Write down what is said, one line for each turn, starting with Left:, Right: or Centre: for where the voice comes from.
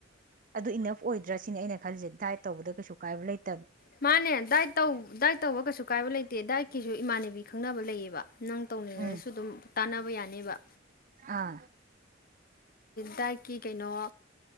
Right: ꯑꯗꯨ ꯏꯅꯐ ꯑꯣꯏꯗ꯭ꯔꯥ ꯁꯤꯅꯤ ꯑꯩꯅ ꯈꯜꯂꯤꯁꯦ ꯗꯥꯏꯠ ꯇꯧꯕꯗ ꯀꯩꯁꯨ ꯀꯥꯏꯕ ꯂꯩꯇꯦ
Left: ꯃꯥꯅꯦ ꯗꯥꯏꯠ ꯇꯧ ꯗꯥꯏꯠ ꯇꯧꯕ ꯀꯩꯁꯨ ꯀꯥꯏꯕ ꯂꯩꯇꯦ ꯗꯥꯏꯠꯀꯤꯁꯨ ꯏꯃꯥꯟꯅꯕꯤ ꯈꯪꯅꯕ ꯂꯩꯌꯦꯕ ꯅꯪ ꯇꯧꯅꯤꯡꯉꯒꯁꯨ
Right: ꯎꯝ
Left: ꯑꯗꯨꯝ ꯇꯥꯟꯅꯕ ꯌꯥꯅꯤꯕ
Right: ꯑꯥ
Left: ꯗꯥꯏꯠꯀꯤ ꯀꯩꯅꯣ